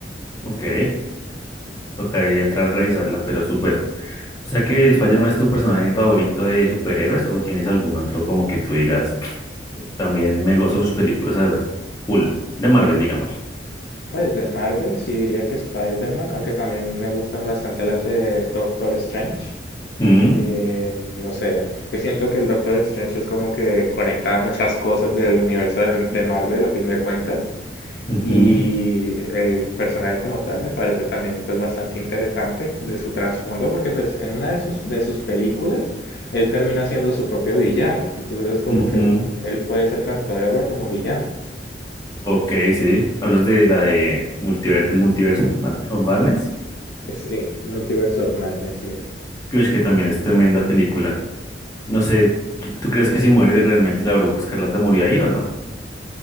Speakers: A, on the left; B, on the left.
A: ok. Tocaría entrar a revisarla, pero súper. O sea que Spider-Man es tu personaje favorito de superhéroes o tienes algún otro como que tú digas También me gozo sus películas a full, de Marvel, digámoslo.
B: Pues de Marvel sí diría que Spider-Man, aunque también me gustan bastante las de Doctor Strange.
A: Mm,
B: Eh, no sé, que siento que el Doctor Strange es como que conecta muchas cosas del universo de, de Marvel a fin de cuentas.
A: ujú,
B: Y el personaje como tal me parece también pues bastante interesante de su trasfondo porque pues en una de sus, de sus películas él termina siendo su propio villano. Entonces es como
A: ujú.
B: que él puede ser tanto héroe como villano.
A: Ok, sí. Hablas de la de multiver del multiverso, Mad- of Madness.
B: Eh, Sí, Multiverse of Madness, sí.
A: Creo que también es tremenda película. No sé, ¿tú crees que si muere realmente la bruja escarlata murió ahí o no?